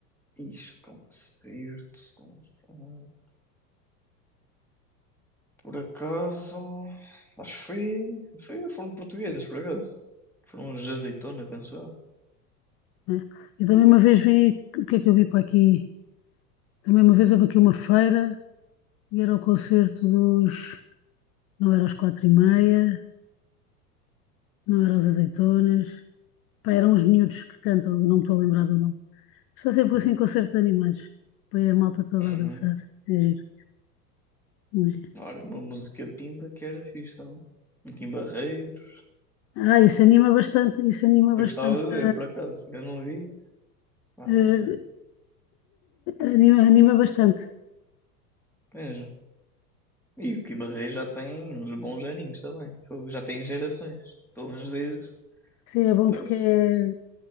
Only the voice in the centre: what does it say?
Isto, é um concerto. com- ah, Por acaso, acho que foi, foi- foram portugueses, por acaso. Foram os de Azeitona, penso eu.
Uhum.
Olha, uma música pinta que era fixe também. Aqui em Barreiros.
Eu
gostava de ver, por acaso. Ainda não vi. Ah,
não sei.
Mesmo. E o Kim Barreiros já tem uns bons aninhos também. Fogo, Já tem gerações. Pelo menos desde.
Pois.